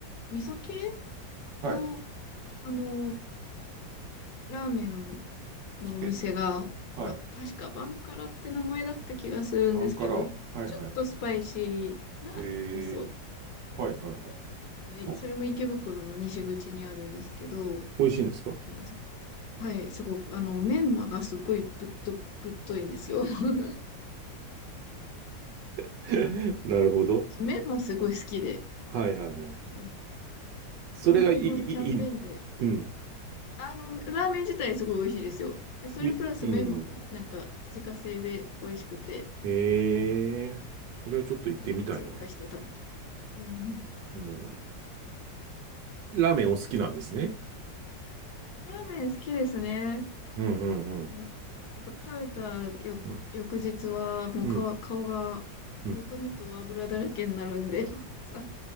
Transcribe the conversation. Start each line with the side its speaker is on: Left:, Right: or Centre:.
Left: 味噌系
Right: はい。
Left: の、あの、ラーメンのお店が、
Right: え、はい。
Left: ば、確かバンカラって名前だった気がするんですけど、
Right: アンカラ。
Left: ちょっとスパイシーな味噌。
Right: はいはい。えー、はいはいはい。
Left: あの、いそれも池袋の西口にあるんですけど、
Right: お、美味しいんですか
Left: なんかそこ、はい、すごく、あの、メンマがすごいぶっと、ぶっといんですよ。<laughs>
Right: <laughs> なるほど。
Left: 私、メンマすごい好きで、
Right: はいはいはい。
Left: なんか
Right: それがいい、
Left: たまにこのキャンペーンで、
Right: いい、いいうん。
Left: あの、ラーメン自体すごい美味しいですよ。で、それプラスメンマも、
Right: み、うん。
Left: なんか、自家製で美味しくて、
Right: へえこれはちょっと行ってみたいな。
Left: あの、追加して食べちゃう。うん。
Right: うん。ラーメンお好きなんですね。
Left: ラーメン好きですね。
Right: うんうんうん。
Left: うんやっぱ食べたよ翌日はもう顔、
Right: うん。うん。
Left: 顔がむくみと油だらけになるんで、
Right: うん
Left: <laughs> さ、